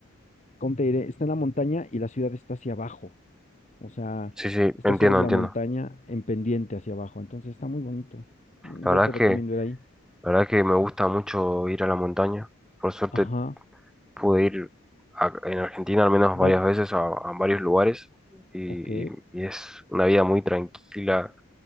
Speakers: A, on the left; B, in the centre.
A: ¿cómo te diré? Está en la montaña y la ciudad está hacia abajo. O sea,
B: Sí, sí,
A: está
B: entiendo,
A: sobre
B: entiendo.
A: la montaña en pendiente hacia abajo. Entonces está muy bonito. Mm,
B: La
A: Yo
B: verdad
A: te
B: es
A: recomiendo
B: que,
A: ir ahí.
B: la verdad es que me gusta mucho ir a la montaña. Por suerte
A: Ajá.
B: pude ir a- en Argentina al menos
A: That.
B: varias veces a, a varios lugares y,
A: Ok.
B: y- y es una vida muy tranquila,